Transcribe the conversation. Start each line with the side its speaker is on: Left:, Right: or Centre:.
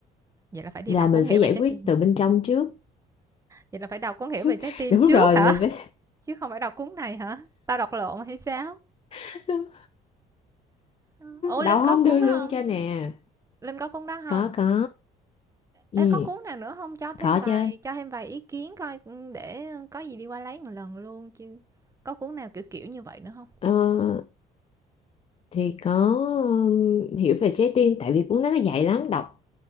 Right: Vậy là phải đi
Left: là
Right: đọc
Left: mình
Right: cuốn Hiểu
Left: phải giải
Right: về trái
Left: quyết
Right: tim.
Left: từ bên trong trước
Right: Vậy là phải đọc cuốn Hiểu về trái
Left: <laughs>
Right: tim
Left: đúng
Right: trước
Left: rồi
Right: hả?
Left: mình phải
Right: Chứ không phải đọc cuốn này hả? Tao đọc lộn hay sao?
Left: <laughs>
Right: Ờ, ủa, Linh
Left: đậu không
Right: có cuốn
Left: đưa
Right: đó
Left: luôn
Right: không
Left: cho nè
Right: Linh có cuốn đó không
Left: có có ừ
Right: Ê, có cuốn nào nữa không Cho thêm
Left: có
Right: vài
Left: chứ
Right: cho thêm vài ý kiến coi, ưm, để có gì đi qua lấy một lần luôn chứ. Có cuốn nào kiểu kiểu như vậy nữa không
Left: ờ, thì có ừm, hiểu về trái tim tại vì cuốn đó nó dày lắm đọc